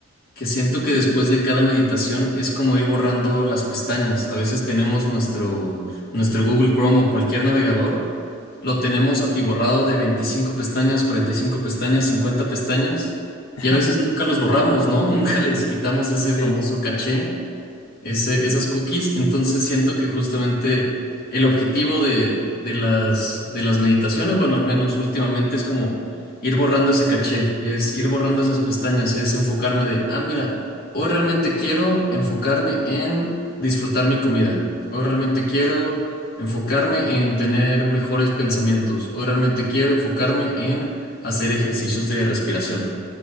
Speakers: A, on the left; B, on the left.
A: que siento que después
B: Ujú.
A: de cada meditación es como ir borrando las pestañas. A veces tenemos nuestro, nuestro Google Chrome o cualquier navegador, lo tenemos atiborrado de 25 pestañas, 45 pestañas, 50 pestañas,
B: <laughs>
A: y a veces nunca los borramos, ¿no? <laughs> Nunca les quitamos ese
B: Sí,
A: famoso caché ese-
B: ajá,
A: esas cookies. Entonces siento que justamente el objetivo de, de las, de las meditaciones, bueno, al menos últimamente es como ir borrando ese caché, es ir borrando esas pestañas, es enfocarme de, ah, mira, hoy realmente quiero enfocarme en disfrutar mi comida, hoy realmente quiero enfocarme en tener mejores pensamientos, hoy realmente quiero enfocarme en hacer ejercicios de respiración.